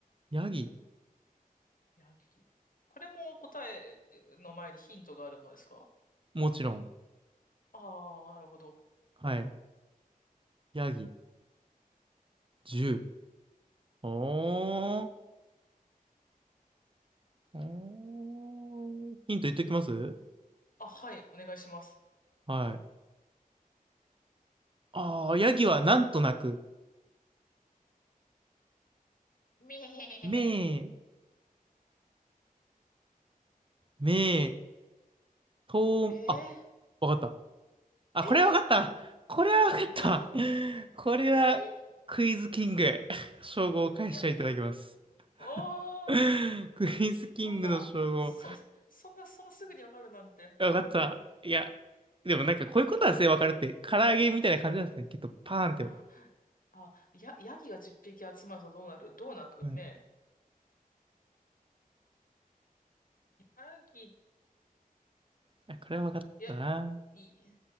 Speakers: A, on the right (about 35°); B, on the left (about 70°).
A: ヤギ、
B: ヤギ。これも答えの前にヒントがあるものですか
A: もちろん。
B: ああー、なるほど。
A: はい。ヤギ、10。おー。おーヒント言っときます
B: あ、はい、お願いします。
A: はい。ああ、ヤギはなんとなく、
B: め
A: めー、めー、とー、
B: えー、え
A: あ、わかった。あ、
B: ー、
A: これはわかった。これはわかった。
B: 何
A: <laughs> これはクイズキング。
B: 何
A: 称号を返していただきます。
B: いや、おー、
A: <laughs> クイズキングの称号。
B: そそんな、そ、そんな、そんなすぐにわかるなんて。
A: わかった。いや、でもなんかこういうことはすねわかるって、
B: ヤギ、いや
A: 唐揚げみたいな感じなんですね。きっとパーンって。
B: あ、
A: は
B: あ、や、ヤギが10匹集まるとどうなるどうなく目。
A: い
B: ヤギ、
A: あ、これは分かったな。
B: ヤギ、いヤ